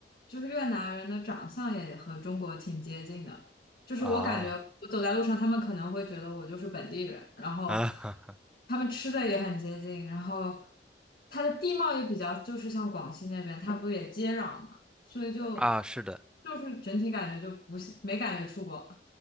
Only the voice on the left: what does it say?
就是越南人的长相也和中国挺接近的，就是我感觉我走在路上，
他们可能会觉得我就是本地人，然后
他们吃的也很接近，然后它的地貌也比较就是像广西那边，它不也接壤嘛，所以就
就是整体感觉就不是没感觉出国，